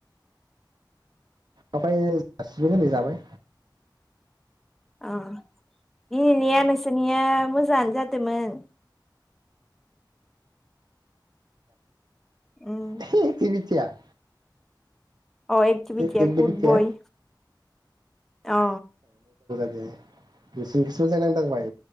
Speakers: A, on the right; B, in the centre.
A: आमफाय जासिबाय नालाय जाबाय।
B: आ दिनैनिया नोंसोरनिया मोजाङानो जादोंमोन। उम
A: <inaudible> इखो मिथिया।
B: अ एकतिबितिया
A: एक्टिभिटिया
B: गुद बय अ।
A: बिसिनिखोसो मोजां नांनो थांबाय